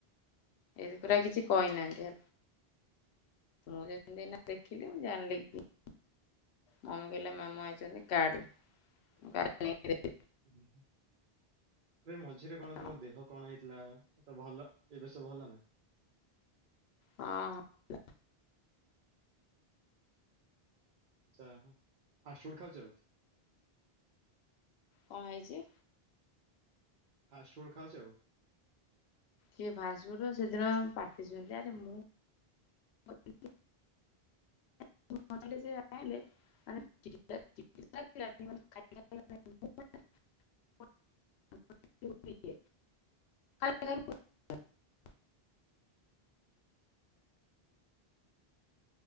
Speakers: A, on the left; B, on the right.
A: ଏ ପୁରା କିଛି କହିନାହାନ୍ତି। ମୁଁ ଯେମିତିନା ଦେଖିଲି ମୁଁ ଜାଣିଲି କି ମମି କହିଲେ ମାମୁଁ ଆଇଛନ୍ତି କାର୍ଡ ନେଇକି। ଦେଇଦେଲି
B: ଉଁ ହୁଁ। ଏ ମଝିରେ କଣ
A: ହଁ
B: ତୁମ ଦେହ କଣ ହେଇଥିଲା ତ ଭଲ ଏବେ ସବୁ ଭଲ ନା?
A: ହଁ ଭଲ।
B: ଯାହା ହୋଉ ଫାଷ୍ଟଫୁଡ ଖାଉଛ ଆଉ?
A: କଣ ହେଇଛି?
B: ଫାଷ୍ଟଫୁଡ୍ ଖାଉଛ ଆଉ?
A: କିଏ ଫାଷ୍ଟଫୁଡ ସେଦିନ ପାଟିଛନ୍ତି ଆରେ ମୁଁ <unintelligible> <unintelligible> <unintelligible>